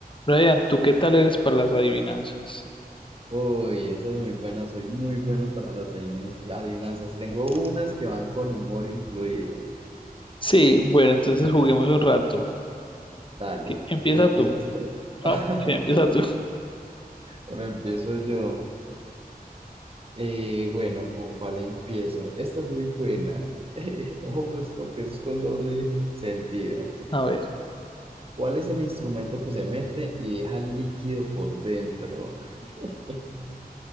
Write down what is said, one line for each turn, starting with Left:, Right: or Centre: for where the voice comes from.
Left: Brian, ¿tú qué tal eres para las adivinanzas?
Right: Uy, esa es muy buena, soy muy bueno para las adivin- adivinanzas. Tengo unas que van con humor incluido.
Left: Sí, bueno, entonces juguemos un rato.
Right: Dale,
Left: ¿Qui- Empieza
Right: ¿empiezas
Left: tú.
Right: tú? <laughs>
Left: Ah, sí, empieza tú.
Right: Bueno, empiezo yo. Eh, bueno, ¿con cuál empiezo? Esta es muy buena. <laughs> ojo, pues porque eso es con doble sentido.
Left: <laughs> A ver.
Right: ¿Cuál es el instrumento que se mete y deja líquido por dentro? <laughs>